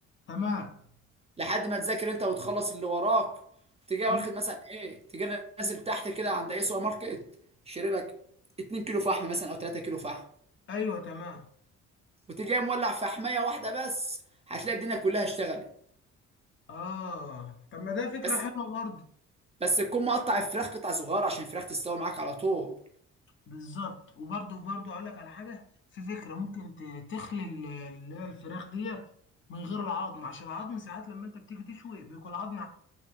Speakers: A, on the left (about 40°); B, on the right (about 20°).
A: تمام
B: لحد ما تذاكر انت وتخلص اللي وراك تجي
A: مم.
B: واخد مثلا ايه تجي نازل تحت كده عند اي سوبر ماركت شاري لك 2 كيلو فحم مثلا او 3 كيلو فحم
A: ايوه تمام
B: وتجي مولع فحميه واحده بس هتلاقي الدنيا كلها اشتغلت
A: اه طب ما ده فكرة
B: بس
A: حلوة برضه
B: بس تكون مقطع الفراخ قطع صغيره عشان الفراخ تستوي معاك على طول
A: بالظبط وبرضه برضه اقول لك على حاجة في فكرة ممكن ت- تخلي ال- اللي هي الفراخ ديت من غير العظم عشان العظم ساعات لما انت بتيجي تشوي بيكون العظم